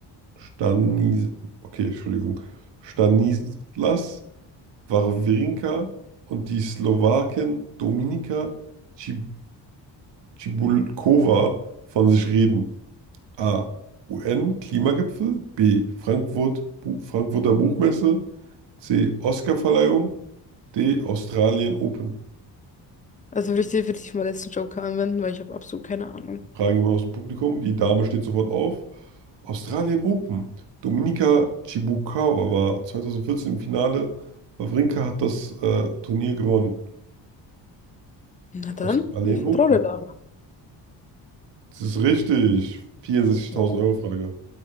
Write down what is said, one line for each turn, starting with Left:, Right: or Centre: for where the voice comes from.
Right: Stanis, okay, Entschuldigung, Stanislas Wawrinka und die Slowakin Dominika Cib- Cibulková von sich reden? A. UN-Klimagipfel. B. Frankfurt, Bu Frankfurter Buchmesse. C. Oscarverleihung. D. Australien Open.
Left: Also will ich definitiv meinen letzten Joker anwenden, weil ich habe absolut keine Ahnung.
Right: Fragen jemand aus dem Publikum. Die Dame steht sofort auf. Australien Open. Dominika Chibukawa war 2014 im Finale. Wawrinka hat das äh, Turnier gewonnen.
Left: Na dann,
Right: Australien
Left: ich vertraue
Right: Open.
Left: der Dame.
Right: Das ist richtig. Vierundsechzigtausend
Left: Ja.
Right: Euro Frage.